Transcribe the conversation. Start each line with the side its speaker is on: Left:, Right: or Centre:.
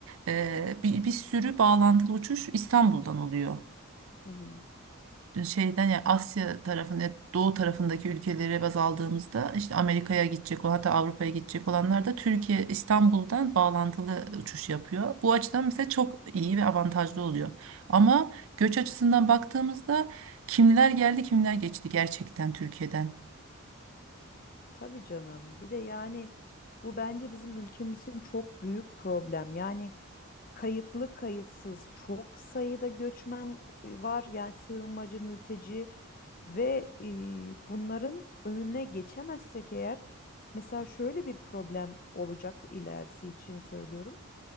Right: e, bir, bir sürü bağlantılı uçuş İstanbul'dan oluyor
Left: Hı hı.
Right: şeyden ya Asya tarafında doğu tarafındaki ülkelere baz aldığımızda işte Amerika'ya gidecek olan, hatta Avrupa'ya gidecek olanlar da Türkiye İstanbul'dan bağlantılı uçuş yapıyor. Bu açıdan mesela çok iyi ve avantajlı oluyor. Ama göç açısından baktığımızda kimler geldi kimler geçti gerçekten Türkiye'den.
Left: Tabii canım. Bir de yani bu bence bizim ülkemizin çok büyük problem. Yani kayıtlı kayıtsız çok sayıda göçmen var. Yani sığınmacı, mülteci. Ve e, bunların önüne geçemezsek eğer mesela şöyle bir problem olacak ilerisi için söylüyorum